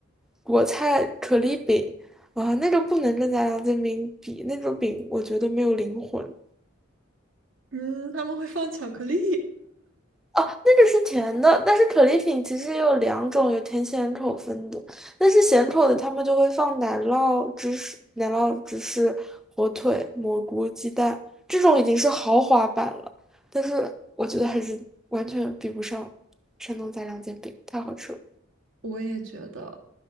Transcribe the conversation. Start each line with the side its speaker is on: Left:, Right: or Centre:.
Centre: 国菜可丽饼啊，那个不能跟家乡煎饼比，那种饼我觉得没有灵魂。
Right: <laughs> 嗯，他们会放巧克力。
Centre: 哦，那个是甜的，但是可丽饼其实也有两种，有甜咸口分的。但是咸口的，他们就会放奶酪、芝士、奶酪、芝士、火腿、蘑菇、鸡蛋，这种已经是豪华版了。但是我觉得还是完全比不上山东杂粮煎饼，太好吃了。
Right: <laughs> 我也觉得，